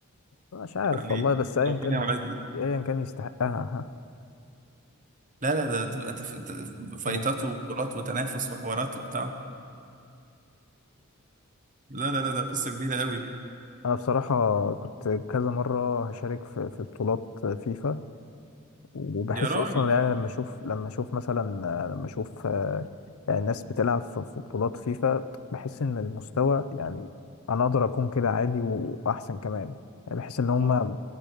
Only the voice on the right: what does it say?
يعني
ربنا
يوعدنا
لا لا ده تبقى تف- تف- فايتات
وبطولات وتنافس وحوارات وبتاع لا لا لا ده قصه كبيره قوي
يا راجل
اه